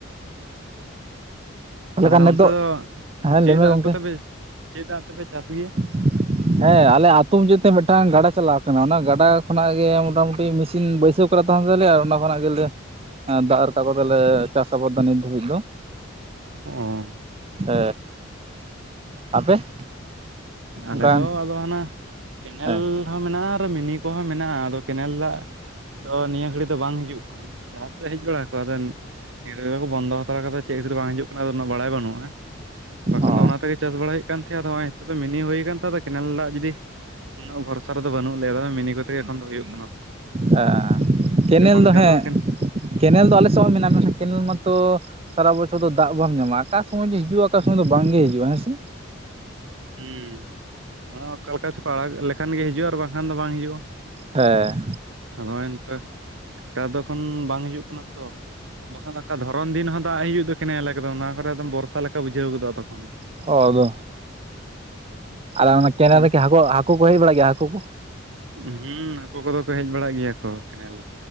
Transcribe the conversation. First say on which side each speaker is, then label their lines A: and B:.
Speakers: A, on the right; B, on the right.
A: ᱛᱟᱦᱚᱞᱮ
B: ᱛᱟᱦᱟᱞᱮ
A: ᱠᱷᱟᱱ ᱱᱤᱛᱚᱜ
B: ᱚᱱᱛᱮ ᱫᱚ
A: ᱦᱮᱸ
B: ᱪᱮᱫ
A: ᱞᱟᱹᱭ ᱢᱮ
B: ᱫᱟᱜ
A: ᱜᱚᱝᱠᱮ
B: ᱠᱚᱛᱮᱯᱮ ᱪᱮᱫ ᱫᱟᱜ ᱛᱮᱯᱮ ᱪᱟᱥ ᱜᱮᱭᱟ?
A: <inaudible> ᱦᱮᱸ ᱟᱞᱮ ᱟᱛᱩ ᱢᱩᱪᱟᱹᱫ ᱛᱮ ᱢᱤᱫᱴᱟᱝ ᱜᱟᱰᱟ ᱪᱟᱞᱟᱣ ᱠᱟᱱᱟ, ᱚᱱᱟ ᱜᱟᱰᱟ ᱠᱷᱚᱱᱟᱜ ᱜᱮ ᱢᱚᱴᱟᱢᱩᱴᱤ ᱢᱮᱥᱤᱱ ᱵᱟᱹᱭᱥᱟᱹᱣ ᱼᱼ ᱠᱚᱨᱮ ᱛᱟᱦᱮᱱ ᱛᱟᱞᱮᱭᱟ ᱟᱨ ᱚᱱᱟ ᱠᱷᱚᱱᱟᱜ ᱜᱮᱞᱮᱼᱼ ᱦᱮᱸ ᱫᱟᱜ ᱨᱟᱠᱟ ᱠᱟᱛᱮᱞᱮ ᱪᱟᱥ ᱟᱵᱟᱫᱽᱫᱟ ᱱᱤᱛ ᱫᱷᱟᱹᱵᱤᱡ ᱫᱚ।
B: ᱚᱝ᱾
A: ᱦᱮ, ᱟᱯᱮ?
B: ᱟᱞᱮ
A: ᱚᱱᱠᱟᱱ
B: ᱫᱚ ᱟᱫᱚ ᱦᱟᱱᱟ ᱠᱮᱱᱮᱞᱼᱼ
A: ᱦᱮᱸ
B: ᱦᱚᱸ ᱢᱮᱱᱟᱜᱼᱟ ᱟᱨ ᱢᱤᱱᱤ ᱠᱚᱦᱚᱸ ᱢᱮᱱᱟᱜᱼᱟ, ᱟᱫᱚ ᱠᱮᱱᱮᱞ ᱫᱟᱜ ᱫᱚ ᱱᱤᱭᱟᱹ ᱜᱷᱟᱹᱲᱤᱡ ᱫᱚ ᱵᱟᱝ ᱦᱤᱡᱩᱜ ᱠᱟᱱᱟ। ᱞᱟᱦᱟ ᱛᱮᱫᱚ ᱦᱮᱡ ᱵᱟᱲᱟ ᱠᱚᱜᱼᱟ, ᱟᱫᱚᱱ ᱱᱤᱭᱟᱹ ᱫᱷᱟᱣ ᱫᱚ ᱠᱚ ᱵᱚᱱᱫᱚ ᱦᱟᱛᱟᱲ ᱠᱟᱫᱟ᱾ ᱪᱮᱫ ᱠᱷᱟᱹᱛᱤᱨ ᱵᱟᱝ ᱦᱤᱡᱩᱜ ᱠᱟᱱᱟ ᱟᱫᱚ ᱩᱱᱟᱹᱜ ᱵᱟᱲᱟᱭ ᱵᱟᱹᱱᱩᱜᱼᱟ। ᱵᱟᱠᱷᱟᱱ
A: ᱚ
B: ᱫᱚ ᱚᱱᱟ ᱛᱮᱜᱮ ᱪᱟᱥ ᱵᱟᱲᱟᱭ ᱦᱩᱭᱩᱜ ᱠᱟᱱ ᱛᱟᱸᱦᱮᱜ। ᱟᱫᱚ ᱦᱚᱜ-ᱚᱭ ᱦᱤᱛᱳᱜ ᱫᱚ ᱢᱤᱱᱤ ᱦᱩᱭ ᱟᱠᱟᱱ ᱛᱮ ᱫᱚ ᱠᱮᱱᱮᱞ ᱫᱟᱜ ᱡᱩᱫᱤᱼᱼ ᱩᱱᱟᱹᱜ ᱵᱷᱚᱨᱥᱟ ᱨᱮᱫᱚ ᱵᱟᱹᱱᱩᱜ ᱞᱮᱭᱟ, ᱟᱫᱚ ᱢᱤᱱᱤ ᱠᱚᱛᱮᱜᱮ ᱮᱠᱷᱚᱱ ᱫᱚ ᱦᱩᱭᱩᱜ ᱠᱟᱱᱟ।
A: ᱦᱮᱸ, ᱠᱮᱱᱮᱞ
B: ᱡᱚᱠᱷᱚᱱ
A: ᱫᱚ
B: ᱜᱮ
A: ᱦᱮᱸ
B: ᱟᱫᱚ ᱦᱩᱸ
A: ᱠᱮᱱᱮᱞ ᱫᱚ ᱟᱞᱮ ᱥᱮᱫ ᱦᱚᱸ ᱢᱮᱱᱟᱜᱼᱟ, ᱢᱮᱱᱠᱷᱟᱱ ᱠᱮᱱᱮᱞ ᱢᱟᱛᱚᱼᱼ ᱥᱟᱨᱟ ᱵᱚᱪᱷᱚᱨ ᱫᱚ ᱫᱟᱜ ᱵᱟᱢ ᱧᱟᱢᱟ᱾ ᱚᱠᱟ ᱥᱚᱢᱚᱭ ᱡᱮ ᱦᱤᱡᱩᱜᱼᱟ ᱚᱠᱟ ᱥᱚᱢᱚᱭ ᱫᱚ ᱵᱟᱝ ᱜᱮ ᱦᱤᱡᱩᱜᱼᱟ। ᱦᱮᱸ ᱥᱮ?
B: ᱦᱩᱸ ᱱᱚᱣᱟ ᱚᱠᱟᱞᱠᱟ ᱪᱚᱠᱚ ᱟᱲᱟᱜ ᱞᱮᱠᱷᱟᱱ ᱜᱮ ᱦᱤᱡᱩᱜᱼᱟ ᱟᱨ ᱵᱟᱝᱠᱷᱟᱱ ᱫᱚ ᱵᱟᱝ ᱦᱤᱡᱩᱜᱼᱟ।
A: ᱦᱮᱸ᱾
B: ᱠᱷᱟ ᱫᱚ ᱦᱚᱸᱜᱼᱚᱭ ᱱᱮᱛᱳ ᱴᱟ ᱫᱚ ᱮᱠᱷᱚᱱ ᱵᱟᱝ ᱦᱤᱡᱩᱜ ᱠᱟᱱᱟ ᱛᱚ᱾ ᱵᱟᱠᱷᱟᱱ ᱟᱠᱟ ᱫᱷᱚᱨᱚᱢ ᱫᱤᱱ ᱦᱚᱸ ᱫᱟᱜ ᱦᱤᱡᱩᱜ ᱫᱚ ᱠᱮᱱᱮᱞ ᱮᱠᱫᱚᱢ ᱱᱚᱣᱟ ᱠᱚᱨᱮ ᱫᱚᱚᱢ ᱵᱚᱨᱥᱟ ᱞᱮᱠᱟ ᱵᱩᱡᱷᱟᱹᱣ ᱜᱚᱫᱚᱜ ᱛᱚᱠᱷᱚᱱ।
A: ᱚ ᱟᱫᱚ ᱟᱨ ᱚᱱᱟ ᱠᱮᱱᱮᱞ
B: ᱟᱹᱰᱤ
A: ᱨᱮᱠᱤ ᱦᱟᱹᱠᱩ ᱦᱟᱹᱠᱩ ᱠᱚ ᱦᱮᱡ ᱵᱟᱲᱟᱜ ᱜᱮᱭᱟ ᱦᱟᱹᱠᱩ ᱠᱚ?
B: ᱦᱩᱸ ᱦᱟᱹᱠᱩ ᱠᱚᱫᱚ ᱠᱚ ᱦᱮᱡ ᱵᱟᱲᱟᱜ ᱜᱮᱭᱟ ᱠᱚ। ᱠᱮᱱᱮᱞᱼᱼ